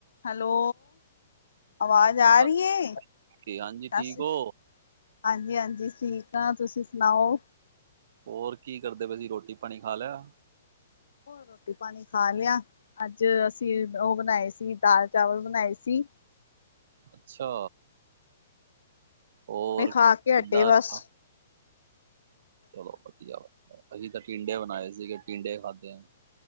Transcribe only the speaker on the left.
ਹੈਲੋ, ਆਵਾਜ਼ ਆ
ਰੀ ਏ ਸਾਸੀ
ਹਾਂਜੀ, ਹਾਂਜੀ ਠੀਕ ਆਂ। ਤੁਸੀਂ ਸੁਣਾਓ।
ਰੋਟੀ-ਪਾਣੀ ਖਾ ਲਿਆ। ਅੱਜ ਅਸੀਂ ਓ ਬਣਾਏ ਸੀ, ਦਾਲ ਚਾਵਲ ਬਣਾਏ ਸੀ।
ਨਈ, ਖਾ ਕੇ
ਹਟੇ ਬਸ।